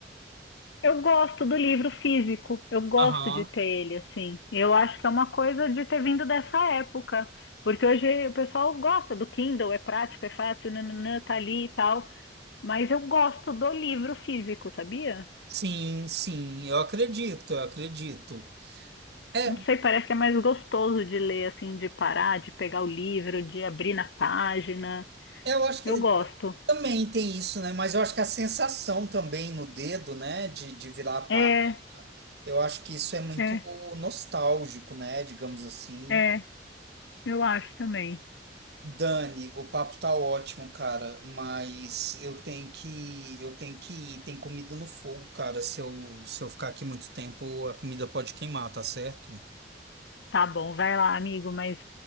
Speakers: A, on the left; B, on the right.
A: Eu gosto do livro físico, eu gosto
B: Aham.
A: de ter ele assim. Eu acho que é uma coisa de ter vindo dessa época, porque hoje o pessoal gosta do Kindle, é prático, é fácil, nananã, tá ali e tal, mas eu gosto do livro físico, sabia?
B: Sim, sim, eu acredito, eu acredito. É,
A: Não sei, parece que é mais gostoso de ler, assim, de parar, de pegar o livro, de abrir na página.
B: eu acho que
A: Eu gosto.
B: também tem isso, né? Mas eu acho que a sensação também no dedo, né? De, de virar a página.
A: É,
B: Eu acho que isso é muito
A: é,
B: nostálgico, né? Digamos assim.
A: é, eu acho também.
B: Dani, o papo tá ótimo, cara, mas eu tenho que eu tenho que ir, tem comida no fogo, cara. Se eu se eu ficar aqui muito tempo, a comida pode queimar, tá certo?
A: Tá bom, vai lá, amigo, mas